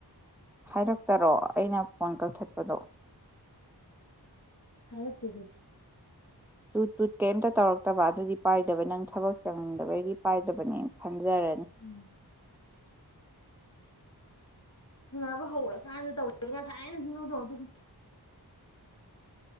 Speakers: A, in the centre; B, on the left.
A: ꯍꯥꯏꯔꯛꯇꯔꯣ ꯑꯩꯅ ꯐꯣꯟ ꯀꯛꯊꯠꯄꯗꯣ
B: ꯍꯥꯏꯔꯛꯇꯦ ꯑꯗꯨꯗꯤ
A: ꯇꯨ ꯇꯨꯠ ꯀꯩꯝꯇ ꯇꯧꯔꯛꯇꯕ ꯑꯗꯨꯗꯤ ꯄꯥꯏꯗꯕ ꯅꯪ ꯊꯕꯛ ꯆꯪꯅꯤꯡꯗꯕꯒꯤ ꯄꯥꯏꯗꯕꯅꯦ ꯈ ꯖꯔꯦꯅꯦ
B: ꯎꯝ ꯅꯕ ꯍꯧꯔꯀꯥꯟꯗ ꯇꯧ ꯉꯁꯥꯏ ꯑꯩꯅ ꯁꯧꯗ